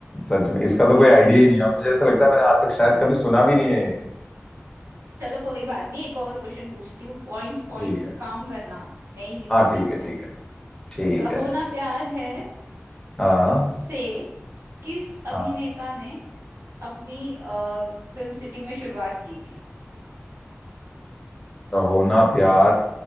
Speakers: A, on the left; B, on the right.
A: सच में इसका
B: <laughs>
A: तो कोई आइडिया ही नहीं है और मुझे ऐसा लगता है मैंने आज तक शायद कभी सुना भी नहीं है ये।
B: चलो कोई बात नहीं एक और क्वेश्चन पूछती हूँ पॉइंट्स पॉइंट्स
A: ठीक
B: काउंट
A: है
B: करना मैं ही जीतूंगी
A: हाँ ठीक
B: इसमें
A: है ठीक है ठीक
B: कहो
A: है
B: ना प्यार है
A: हाँ
B: से किस अभिनेता
A: हाँ
B: ने अपनी आ, फिल्म सिटी में शुरुआत की थी
A: तो होना प्यार